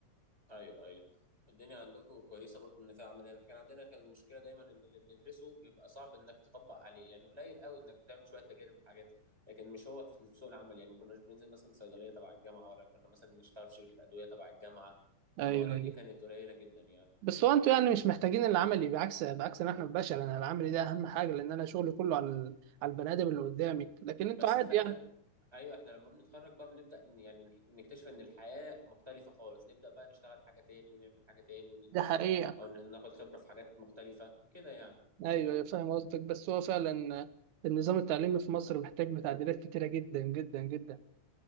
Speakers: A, on the right; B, on the right.
A: ايوه ايوه الدنيا عندكم كويسه برضو ان فيها عمليه احنا كان عندنا كان المشكله دايما ان اللي بندرسه بيبقى صعب انك تطبق عليه يعني قليل قوي انك بتعمل شويه تجارب وحاجات لكن مش هو في في سوق العمل يعني ما كناش بننزل مثلا صيدليه تبع الجامعه ولا كنا مثلا نشتغل في شركه ادويه تبع الجامعه
B: أيوه
A: المواضيع دي
B: أيوه
A: كانت قليله جدا يعني
B: بس هو انتوا يعني مش محتاجين العملي بعكس بعكس ان احنا البشر انا العملي ده اهم حاجه لان انا شغلي كله على ال- على البني ادم اللي قدامي لكن انتوا
A: بس
B: عادي
A: انت احنا
B: يعني
A: ايوه احنا لما بنتخرج بقى بنبدا إن- يعني نح- نكتشف ان الحياه مختلفه خالص نبدا بقى نشتغل حاجه تاني ونعمل حاجه تاني وندرس
B: ده حقيقة
A: او ن- ناخد خبره في حاجات مختلفه كده يعني
B: ايوه أيوة، فاهم قصدك بس هو فعلا النظام التعليمي في مصر محتاج تعديلات كتيره جدا جدا جدا